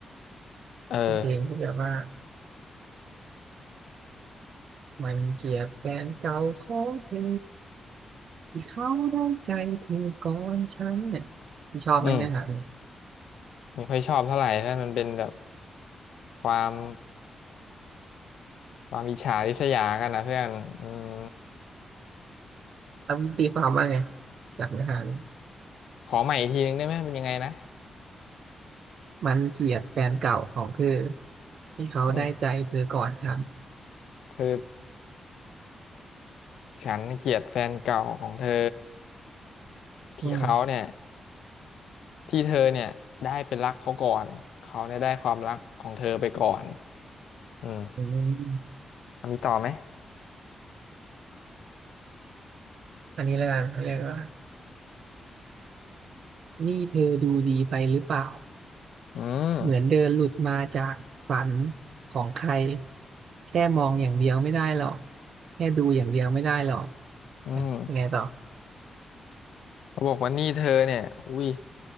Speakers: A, on the left; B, on the right.
A: เออ
B: เป็นเพลงที่แบบว่ามันเกลียดแฟนเก่าของเธอที่เขาได้ใจเธอก่อนฉันเนี่ยมึงชอบไหมเนื้อหาเนี่ย
A: อืมไม่ค่อยชอบเท่าไหร่เพื่อนมันเป็นแบบความความอิจฉาริษยากันนะเพื่อนอืม
B: แล้วมึงตีความว่าไงจากเนื้อหาเนี่ย
A: ขอใหม่อีกทีนึงได้ไหมเป็นยังไงนะ
B: มันเกลียดแฟนเก่าของเธอที่เขาได้ใจเธอก่อนฉัน
A: อืมคือฉันเกลียดแฟนเก่าของเธอที่เขาเนี่ย
B: อืม
A: ที่เธอเนี่ยได้เป็นรักเขาก่อนเขาเนี่ยได้ความรักของเธอไปก่อนอืม
B: อม
A: มีต่อไหม
B: อันนี้แล้วกันเขาเรียกว่านี่เธอดูดีไปหรือเปล่า
A: อืม
B: เหมือนเดินหลุดมาจากฝันของใครแค่มองอย่างเดียวไม่ได้หรอกแค่ดูอย่างเดียวไม่ได้หรอก
A: อืม
B: ยังไงต่อ
A: เขาบอกว่านี่เธอเนี่ยอุ้ย